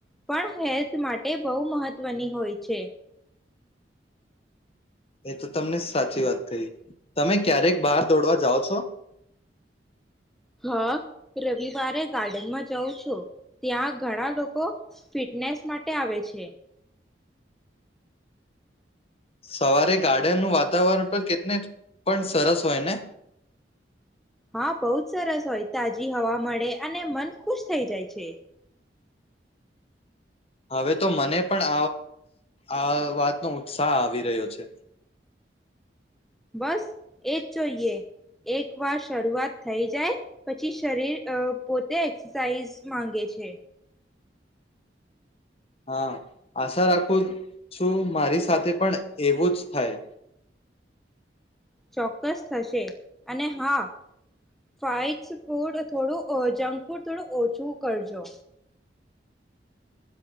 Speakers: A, in the centre; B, on the left.
A: પણ હેલ્થ માટે બહુ મહત્વની હોય છે.
B: એ તો તમને સાચી વાત કહી તમે ક્યારેક બહાર દોડવા જાઓ છો.
A: હા રવિવારે ગાર્ડનમાં જઉં છું ત્યાં ઘણા લોકો ફિટનેસ માટે આવે છે.
B: સવારે ગાડ્યાનું વાત. તાવરણ પર કેટલી પણ સરસ હોય ને!
A: હા બહુ જ સરસ હોય તાજી હવા મળે અને મન ખુશ થઈ જાય છે.
B: હવે તો મને પણ આ વાતનો ઉત્સાહ આવી રહ્યો છે.
A: બસ એજ જોઈએ એક વાર શરૂઆત થઈ જાય પછી શરીર પોતે એક્સરસાઇઝ માંગે છે.
B: હા આશા રાખું છું મારી સાથે પણ એવું જ થાય.
A: ચોક્કસ થશે અને હા ફાઇડ ફૂડ થોડું જંક ફૂડ થોડું ઓછું કરજો.